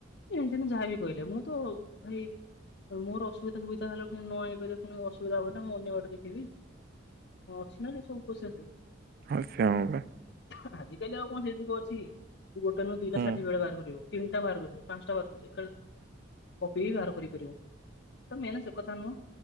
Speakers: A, on the left; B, on the right.
A: ଏ ଯାହାବି କହିଲେ ମୁଁ ତ ଭାଇ ମୋର ଅସୁବିଧାବ ହେଲେ ପୁଣି ନ ଆଇପାରିଲ ପୁଣି ଅସୁବିଧା ହବ ନା ମୁଁ ଅନ୍ୟ ବାଟ ଦେଖିବି ମୁଁ ଅଛି ନା ସବୁ କସେ ସେ
B: ହ ସେ ହ ବା
A: ଆଜି କାଲି ଆଉ କଣ ସେଇ ଯୁଗ ଅଛି। ୁ ଗୋଟେ ନୁ ଦିଟା
B: ହୁଁ।
A: ସାଟିଫିକେଟ ବେଳେ ବାହାର କରିବ ତିନିଟା ବାହାର କରିବ ପାଞ୍ଚଟା ବାହାର କରିବା। କପି ବି ବାହାର କରିପାରିବ ତ ମେନ ସେ କଥା ନୁହଁ